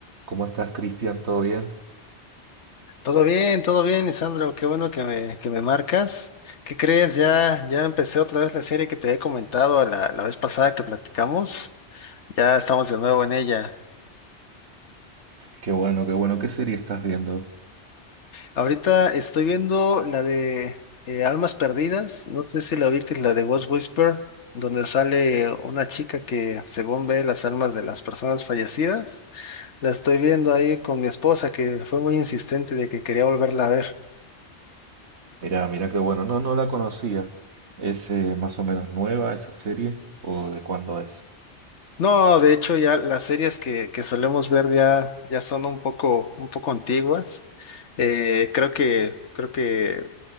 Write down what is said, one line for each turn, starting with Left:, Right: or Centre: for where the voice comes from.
Right: ¿Cómo estás, Cristian? ¿Todo bien?
Left: Todo bien, todo bien, Lisandro. Qué bueno que me, que me marcas. ¿Qué crees? Ya, ya empecé otra vez la serie que te había comentado la, la vez pasada que platicamos. Ya estamos de nuevo en ella.
Right: Qué bueno, qué bueno. ¿Qué serie estás viendo?
Left: Ahorita estoy viendo la de eh, Almas Perdidas. No sé si la que la de Ghost Whisper, donde sale una chica que según ve las almas de las personas fallecidas. La estoy viendo ahí con mi esposa que fue muy insistente de que quería volverla a ver.
Right: Mirá, mirá, qué bueno. No, no la conocía. ¿Es eh, más o menos nueva esa serie? ¿O de cuándo es?
Left: No, de hecho ya las series que, que solemos ver ya, ya son un poco, un poco antiguas. Eh, creo que, creo que,